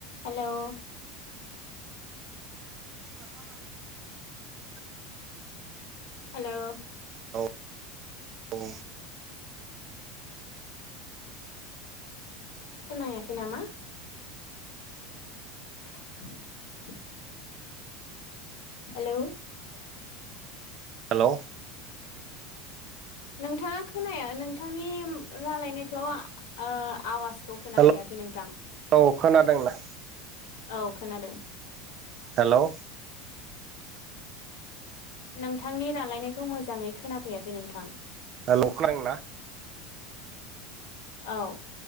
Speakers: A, on the left (about 75°); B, on the right (about 40°).
A: Hello
B: <unintelligible>
A: hello
B: औ औ
A: खोनायाखै नामा। <inaudible> हेलौ
B: हेलौ
A: नोंथाङा खोनाया नोंथांनि रालायनायखौ ओ आवाजखौ खोनाफैयाखै
B: हेल'
A: नोंथां
B: औ खोनादोंना
A: औ खोनादों
B: हेलौ
A: नोंथांनि रालायनायखौ मोजाङै खोनाफैयाखै नोंथां
B: हेलौ खोनादोंना
A: औ